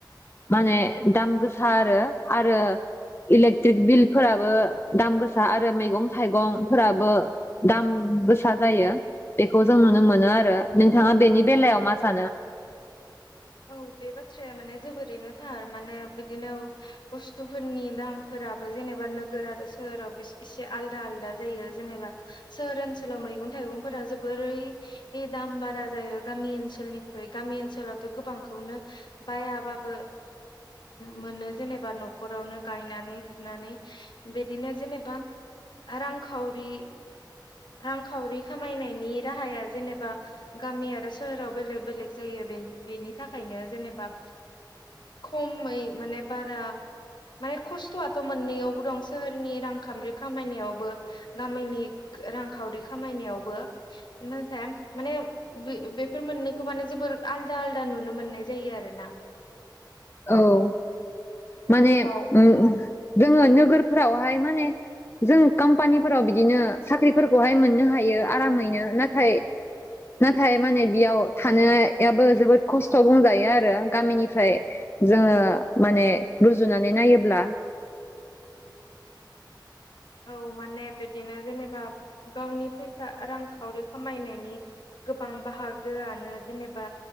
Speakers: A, on the left (about 30°); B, on the left (about 65°).
A: माने दाम गोसा आरो आरो इलेक्ट्रिक बिलफोराबो दाम गोसा आरो मैगं थाइगंफोराबो दाम गोसा जायो। बेखौ जों नुनो मोनो आरो। नोंथाङा बेनि बेलायाव मा सानो?
B: औ बे बाथ्राया माने जोबोरैनो थार माने बिदिनो बुस्थुफोरनि दामफोराबो जेनेबा नोगोर आरो सोहोराव एसे आलदा आलदा जायो जेनेबा सोहोर ओनसोलाव मैगं थाइगंफोरा जोबोरै दाम बारा जायो गामि ओनसोलनिफ्रायु गामि ओनसोलाव गोबांखौनो बायाबाबो मोनो जेनेबा न'खरावनो गायनानै फुनानै बिदिनो जेनेबा रांखावरि रांखावरि खामायनायनि राहाया जेनेबा गामि आरो सोहोराव बेलेग बेलेग जायो बे बेनि थाखायनो जेनेबा खमै माने बारा माने खस्थ'आथ' मोननैयावबो दं सोहोरनि रांखामरि खामायनायावबो गामिनि रांखावरि खामायनायावबो नाथाय माने बे बेफोर मोननैखौ माने जोबोर आलदा नुनो मोननाय जायो आरो ना।
A: औ माने
B: आरोबाव
A: ओम जोङो नोगोरफोरावहाय माने जों कम्पानिफोराव बिदिनो साख्रिफोरखौहाय मोननो हायो आरामैनो नाथाय नाथाय माने बेयाव थानायाबो जोबोद खस्थ' बुंजायो आरो गामिनिफ्राय जोङो माने रुजुनानै नायोब्ला।
B: औ माने बिदिनो जेनेबा गावनि फैसा रांखावरि खामायनायनि गोबां बाहागोआनो जेनेबा